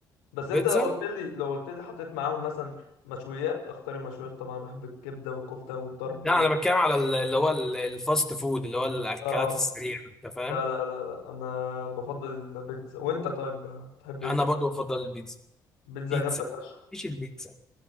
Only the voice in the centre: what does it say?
البيتزا
لا
انا بتكلم على ال- اللي هو ال- الفاست فود اللي هو الاكلات
السريعة
انت فاهم
انا برضو بفضل البيتزا
بيتزا
مش البيتزا